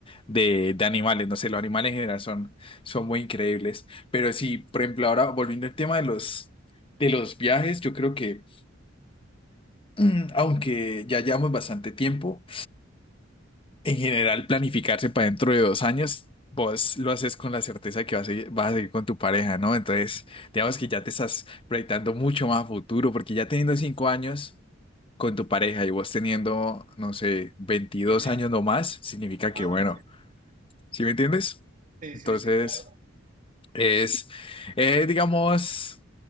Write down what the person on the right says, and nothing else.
Siempre.
Ah,
bueno, sí.
Sí,
sí, sí, claro.